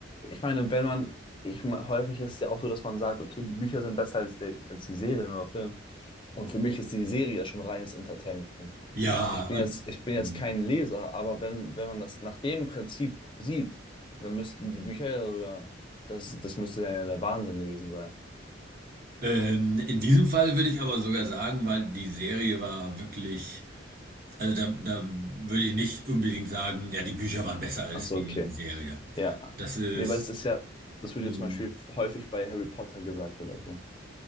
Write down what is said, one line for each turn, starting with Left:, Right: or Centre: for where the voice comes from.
Left: ich meine, wenn man, ich meine, häufig ist es ja auch so, dass man sagt, okay, die Bücher sind besser als, der, als die Serien oder Film. Und für mich ist die Serie ja schon reines Entertainment.
Right: Ja,
Left: Ich bin
Right: und
Left: jetzt, ich bin
Right: hm.
Left: jetzt kein Leser, aber wenn, wenn man das nach dem Prinzip sieht, dann müssten die Bücher ja sogar, das, das müsste ja der Wahnsinn gewesen sein.
Right: Ähm, in diesem Fall würde ich aber sogar sagen, weil die Serie war wirklich, also da, da würde ich nicht unbedingt sagen, ja, die Bücher waren besser als
Left: Ach so,
Right: die,
Left: okay.
Right: die Serie.
Left: Ja.
Right: Das ist,
Left: Nee, weil das ist ja, das wird
Right: mh,
Left: ja zum Beispiel häufig bei Harry Potter gesagt oder so.